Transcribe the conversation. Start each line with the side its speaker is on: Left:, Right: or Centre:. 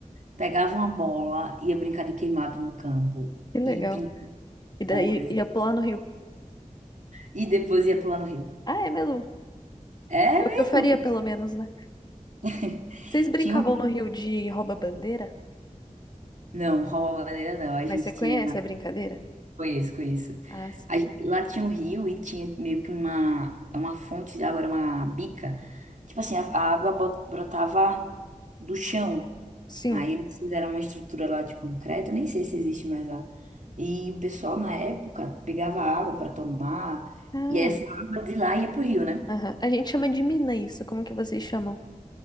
Right: pegava uma bola, ia brincar de queimado no campo,
Left: Que legal.
Right: e brincava
Left: E daí
Right: horas,
Left: ia pular no rio.
Right: e depois ia pular no rio.
Left: Ah, é mesmo?
Right: É
Left: É
Right: mesmo?
Left: o que eu faria, pelo menos, né?
Right: <laughs>
Left: Vocês brincavam
Right: Tinha um rio.
Left: no rio de rouba-bandeira?
Right: Não, rouba-bandeira não, a
Left: Mas
Right: gente
Left: você conhece
Right: tinha,
Left: a brincadeira?
Right: conheço, conheço.
Left: Ah, sim.
Right: A gente- Lá tinha um rio e tinha meio que uma, uma fonte de água, era uma bica. Tipo assim, a a água bot- brotava do chão.
Left: Sim.
Right: Aí eles fizeram uma estrutura lá de concreto, nem sei se existe mais lá. E o pessoal na época pegava água para tomar,
Left: Ah,
Right: e essa água de lá ia pro rio, né?
Left: aham. A gente chama de mina isso. Como que vocês chamam?